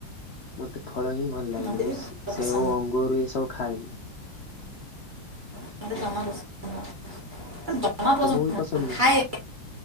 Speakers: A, on the left; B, on the right.
A: ମତେ ଫଳ ହିଁ ଭଲ ଲାଗେନି
B: ମୋତେ
A: ମୁଁ
B: ବି
A: ସେଓ
B: ଫଳ ପସନ୍ଦ
A: ଅଙ୍ଗୁରୁ ଏ ସବୁ ଖାଏନି।
B: <unintelligible> <inaudible>
A: ତମକୁ ବି
B: ନୁହଁ
A: ପସନ୍ଦ ନୁହୁଁ।
B: ଖାଏ